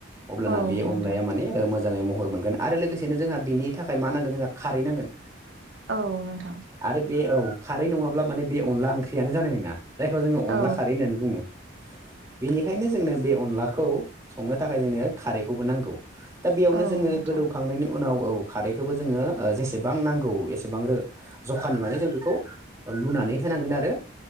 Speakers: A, on the right (about 15°); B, on the right (about 70°).
A: अब्लाना
B: औ
A: बे
B: नोंथां
A: अनलाया माने ओ मोजाङै महर मोनगोन आरो लोगोसेनो जोंहा बिनि थाखाय मा नांगोन जोंहा खारै नांगोन।
B: औ नोंथां
A: आरो बे औ खारै नङाब्ला माने बे अनला ओंख्रियानो जानाय नोङा। जायखौ जोङो
B: औ
A: अनला खारै होननानै बुङो। बेनिखायनो जोंनो बे अनलाखौ संनो थाखाय जोंनो खारैखौबो नांगौ। दा बेयावनो
B: औ
A: जोङो
B: नोंथां
A: गोदौखांनायनि उनाव औ खारैखोबो जोङो ओ जेसेबां नांगौ एसेबां रो जखानि माने जों बेखौ लुनानै होनांगोन आरो